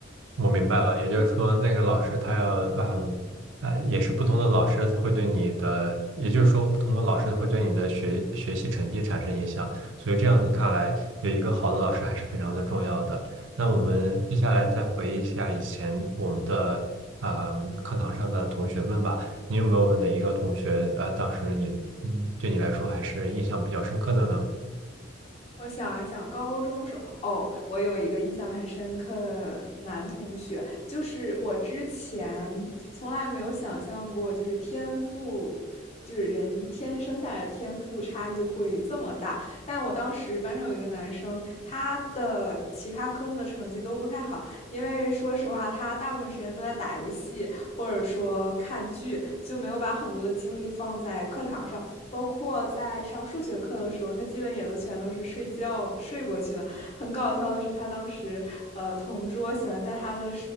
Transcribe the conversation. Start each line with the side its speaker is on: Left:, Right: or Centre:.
Right: 我明白了，
Left: 嗯。
Right: 也就是说，那个老师他要，嗯，呃，也是不同的老师会对你的，也就是说，不同的老师会对你的学学习成绩产生影响，所以这样子看来，有一个好的老师还是非常的重要的。那我们接下来再回忆一下以前我们的，嗯，课堂上的同学们吧，你有没有哪一个同学，呃，当时你，嗯，对你来说还是印象比较深刻的呢？
Left: 我想一想，高中时候，哦，我有一个印象很深刻的男同学，就是我之前从来没有想象过，就是天赋，就是人天生下来的天赋差异会这么大。但我当时班上有一个男生，他的其他科目的成绩都不太好，因为说实话，他大部分时间都在打游戏或者说看剧，就没有把很多的精力放在课堂上。包括在上数学课的时候，他基本也都全都是睡觉睡过去的。很搞笑的是，他当时呃同桌喜欢在他的